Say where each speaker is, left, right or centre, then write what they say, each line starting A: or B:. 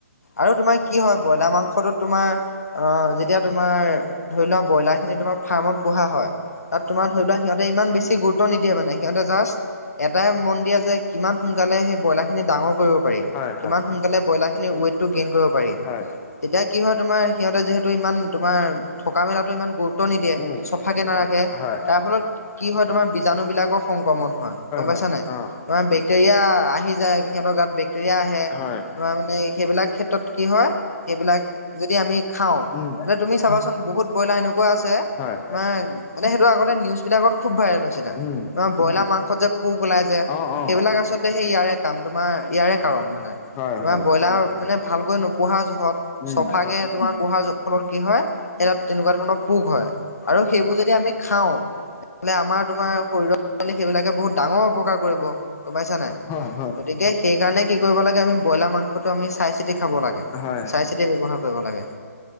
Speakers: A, on the left; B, on the left.
A: আৰু তোমাৰ কি হয় ব্ৰইলাৰ মাংসটোত তোমাৰ অ যেতিয়া তোমাৰ ধৰি লোৱা ব্ৰইলাৰ খিনি তোমাৰ ফাৰ্মত পোহা হয় তাত তোমাৰ ধৰি লোৱা সিহঁতে ইমান বেছি গুৰুত্ব নিদিয়ে মানে সিহঁতে জাষ্ট এটাই মন দিয়া যে কিমান সোনকালে সেই ব্ৰইলাৰ খিনি ডাঙৰ কৰিব পাৰি
B: হয়,
A: কিমান
B: হয়।
A: সোনকালে ব্ৰইলাৰ খিনি ৱেট টো গেইন কৰিব পাৰি
B: হয়।
A: তেতিয়া কি হয় তোমাৰ সিহঁতে যিহেতু ইমান তোমাৰ থকা মেলাটো ইমান গুৰুত্ব নিদিয়ে
B: উম,
A: চফাকে নাৰাখে খে
B: হয়।
A: তাৰ ফলত কি হয় তোমাৰ বীজাণু বিলাকৰ সংক্ৰমণ হয় গম পাইছা
B: হয়
A: নাই।
B: অ
A: তোমাৰ বেক্টেৰিয়া আহি যায় সিহঁতৰ গাত বেক্টেৰিয়া আহে।
B: হয়
A: তোমাৰ মানে সেইবিলাক ক্ষেত্ৰত কি হয় সেইবিলাক যদি আমি খাওঁ
B: উম
A: তেনে তুমি চাবাচোন বহুত ব্ৰইলাৰ এনেকুৱা আছে
B: হয়
A: তোমাৰ মানে সেইটো আগতে নিউজ বিলাকত খুব ভাইৰেল হৈছে। তোমাৰ
B: উম
A: ব্ৰইলাৰ মাংসত যে পোক ওলাই যে
B: অ অ
A: সেইবিলাক আচলতে সেই ইয়াৰে কাম তোমাৰ ইয়াৰে কাৰণ মানে
B: হয়
A: তোমাৰ
B: হয়
A: ব্ৰইলাৰ মানে ভালকৈ
B: উম
A: নোপোহা জোহত চফাকে
B: হয়
A: তোমাৰ পোহা জোত ফলত কি হয় এ তাত তেনেকুৱা ধৰণৰ পোক হয়। আৰু সেইবোৰ যদি আমি খাওঁ তেনেহলে আমাৰ তোমাৰ শৰীৰত সেইবিলাকে বহুত ডাঙৰ অপকাৰ কৰিব গমপাইছা নে নাই
B: হয় হয়
A: গতিকে সেইকাৰণে কি কৰিব লাগে আমি ব্ৰইলাৰ মাংসটো আমি চাই চিতি খাব লাগে
B: হয়
A: চাই চিতি ব্যৱহাৰ কৰিব লাগে।